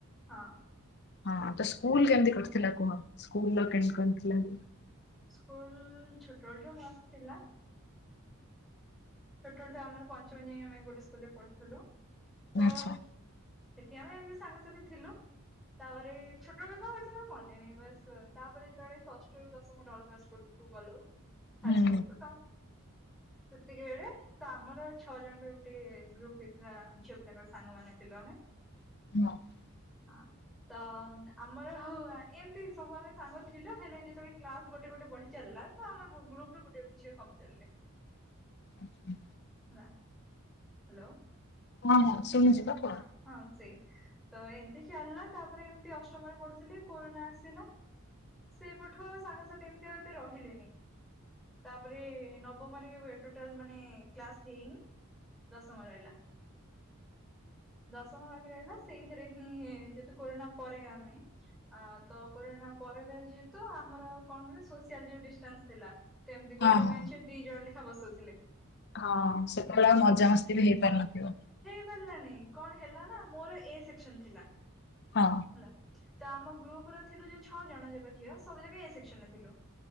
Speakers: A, in the centre; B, on the left.
A: ହଁ
B: ହଁ, ତ ସ୍କୁଲ୍ କେମିତି କଟିଥିଲା କୁହ? ସ୍କୁଲଲ୍ କେମିତି କଣ ଥିଲା ଆଜି?
A: ସ୍କୁଲ୍ ଛୋଟବେଳଠୁ ମସ୍ଥ୍ ଥିଲା। ଛୋଟବେଳଠୁ ଆମର ପଞ୍ଚମ ଯାଇଁ ଆମେ ଗୋଟେ ସ୍କୁଲରେ ପଢ଼ିଥିଲୁ। ତ
B: ଆଚ୍ଛା
A: ସେଠି ଆମେ ଏମିତି ସାଙ୍ଗସାଥି ଥିଲୁ। ତାପରେ ଛୋଟବେଳୁ କଣ କଥା ମୋର ମନେ ନାହିଁ ବାସ୍, ତାପରେ ଯେତେବେଳେ ଷଷ୍ଟରୁ ଦଶମ ଡଲ୍ କୁ ଆସି ସ୍କୁଲକୁ ଗଲୁ, ଫାଷ୍ଟଫୁଡ଼କୁ
B: ହୁଁ
A: ତ <unintelligible> ତ ଆମର ଛଅ ଜଣଙ୍କର ଗୋଟେ ଗ୍ରୁପ୍ ହେଇଥିଲା ଝିଅ ପିଲାଙ୍କର ସାଙ୍ଗମାନେ ଥିଲୁ ଆମେ।
B: <unintelligible>
A: <inaudible> ତ ଆମର ହୋଉ ଆ ଏମତି ସବୁ ଆମେ ସାଙ୍ଗ ଥିଲୁ, ହେଲେ ଯେତେବେଳେ କ୍ଲାସ୍ ଗୋଟେ ଗୋଟେ ବଢ଼ି ଚାଲିଲା ତ ଆମର ଗ୍ରୁ ଗ୍ରୁପ୍ ରୁ ଗୋଟେ ଗୋଟେ ଝିଅ କମି ଚାଲିଲେ।
B: ଆଚ୍ଛା
A: ହେଲା, ହ୍ୟାଲୋ।
B: ହଁ ହଁ ଶୁଣୁଛି ପା। କୁହ
A: ହଁ ହଁ ସେଇ, ତ ଏମିତି ଚାଲିଲା ତାପରେ ଏମିତି ଅଷ୍ଟମରେ ପଢୁଥିଲି କୋରନା ଆସିଲା। ସେବଠୁ ଆଉ ସାଙ୍ଗସାଥି ଏମିତି ଆଉ ଏତେ ରହିଲେନି। ତାପରେ ନବମରେ ଏବେ ଟୋଟାଲ୍ ମାନେ କ୍ଲାସ୍ ହେଇନି। ଦଶମ ରହିଲା। ଦଶମ ବାକି ରହିଲା। ସେଇଥିରେ ହିଁ ଯେହେତୁ କରୋନା ପରେ ଆମେ ଆ ତ କୋରୋନା ପରେ ବି ଯେହେତୁ, ଆମର କଣ ହୁଏନା? ସୋସିଆଲ ଯୋଉ ଡିଷ୍ଟାନ୍ସ ଥିଲା କେମ୍ ତି, ଗୋଟେ
B: ହଁ ହଁ
A: ବେଞ୍ଚ୍ ରେ ଦି ଜଣ ଲେଖା ବସଉଥିଲେ।
B: ହଁ ସେତେବେଳେ
A: ହଁ
B: ଆଉ ମଜାମସ୍ତି ବି ହେଇ ପାରିନଥିବ।
A: ହେଲାନି, କଣ ହେଲା ନା, ମୋର ଏ ସେକ୍ସନ୍ ଥିଲା।
B: ହଁ।
A: ହେଲା, ତ ଆମ ଗ୍ରୁପ୍ ରେ ଥିଲୁ ଯଉ ଛଅ ଜଣ ଯାକ ଝିଅ, ସବୁ ଯାକ ଏ ସେକ୍ସନ୍ ରେ ଥିଲୁ।